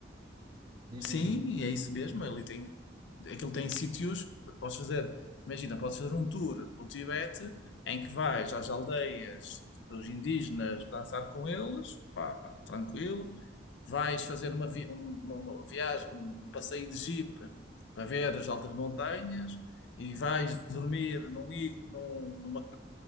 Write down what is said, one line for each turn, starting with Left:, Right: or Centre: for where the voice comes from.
Right: Diz, diz,
Left: sim,
Right: diz.
Left: é isso mesmo. Ele tem, aquilo tem sítios que podes fazer. Imagina, podes fazer um tour pelo Tibete em que vais às aldeias dos indígenas dançar com eles, pá, tranquilo. Vais fazer uma, vi- um- uma- uma viagem, um, um passeio de jeep para ver as altas montanhas e vais dormir num, igu- num, numa